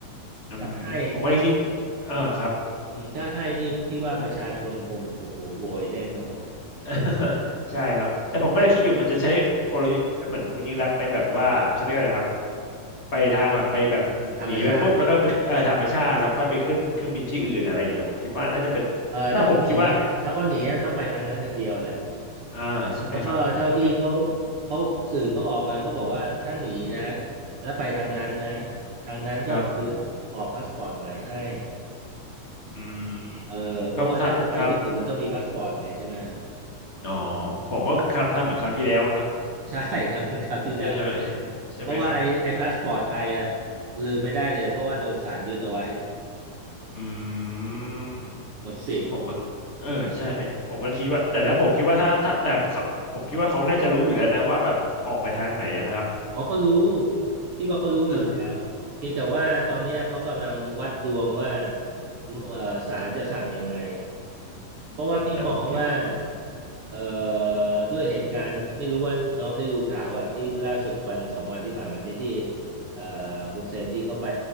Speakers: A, on the left (about 30°); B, on the right (about 60°).
A: อืมผมก็ยังคิด
B: ถ้าให้
A: เออครับ
B: อืมถ้าให้นี่พี่ว่าประชาชนคงโอ้โหโวยแน่นอนเลย
A: <laughs> ใช่ครับแต่ผมก็เลยคิดอยู่มันจะใช้กลยุทธ์เหมือนคุณยิ่งรักษณ์ไหมแบบว่าเขาเรียกอะไรนะครับไปทางแบบไปแบบหนีแบบปุ๊บแล้วก็ไปเอ่อธรรมชาติแล้วค่อยไปขึ้นเครื่องบินที่อื่นอะไรอย่างเงี้ยผมคิดว่าน่าจะเป็น
B: ธรรมชาติเออถ้าเขาหนี
A: ถ้าผมคิดว่า
B: ถ้าเขาหนีต้องไปทางนั้นทางเดียวแหละ
A: อ่าใช่ไหมครับเพื่อ
B: แล้วก็เท่าที่เขาเขาสื่อเขาออกมาเขาบอกว่าถ้าหนีนะแล้วไปทางนั้นนะทางนั้นก็คือ
A: ครับ
B: ออกพาสปอร์ตใหม่ให้
A: อื
B: เออเพราะว่าถ้าจะไปที่อื่นมันต้องมีพาสปอร์ตไงใช่ไหม
A: มก็ทำทำอ๋อผมก็ครับทำเหมือนคราวที่แล้วเนอะ
B: ใช่ <laughs> ทำเหมือนคราวที่แล้ว
A: ใช่ใช่ไหมใช่ไหมครับ
B: เพราะว่าไอ้ไอ้พาสปอร์ตไทยอ่ะลืมไม่ได้เลยเพราะว่าโดนศาลยึดเอาไว้
A: อืม
B: หมดสิทธิ์
A: ผมก็คิดเออใช่ไหมผมก็คิดว่าแต่ถ้าผมคิดว่าถ้าถ้าแต่เขาผมคิดว่าเขาน่าจะรู้อยู่แล้วนะว่าแบบออกไปทางไหนนะครับ
B: เขาก็รู้พี่พี่ว่าเขารู้อยู่แล้วเพียงแต่ว่าตอนเนี้ยเขากำลังวัดดวงว่า
A: เนอะอ่า
B: เอ่อศาลจะสั่งยังไง เพราะว่าพี่มองว่า
A: โอ้แต่ผมคิด
B: เอ่อด้วยเหตุการณ์ไม่รู้ว่าน้องได้ดูข่าวอ่ะที่ล่าสุดวันสองวันที่ผ่านมานี้ที่เอ่อฮุนเซนที่เขาไป